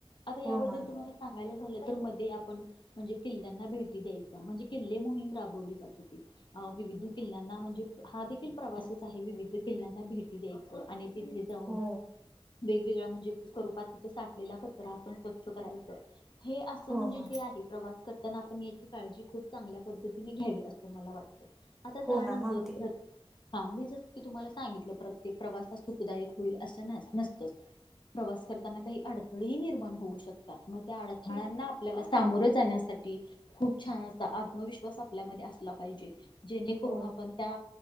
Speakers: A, on the left; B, in the centre.
A: आता याबद्दल
B: हो मॅम
A: तुम्हाला सांगायलाच. तर मध्ये आपण म्हणजे किल्ल्यांना भेटी द्याय म्हणजे किल्ले मोहीम राबवली. विविध किल्ल्यां म्हणजे हा देखील प्रवासच आहे विविध किल्ल्यां भेटी द्यायच आणि तिथे जाऊन
B: हो
A: वेगवेगळ म्हणजे स्वरुपात तिथ साठलेल्या कचरा आपण स्वच्छ करायचा. हे असं
B: हो
A: म्हणजे
B: मॅम
A: जे आहे प्रवास करताना आपण याची काळजी खूप चांगल्या पद्धतीने घ्यावी असं मला वाटतं. आता
B: हो
A: त्यानंतर
B: मॅम अगदी
A: प्रत्येक काम की तुम्हाला सांगितलं प्रत्येक प्रवास हा सुखदायक होईल असं न नसत. प्रवास करताना काही अडथळेही निर्माण होऊ शकतात मग त्या अडथळ्यांना आपल्याला सामोरं जाण्यासाठी खूप छान अस आत्मविश्वास आपल्यामध्ये अस असलं पाहिजे जेणेकरून
B: हो
A: आपण त्या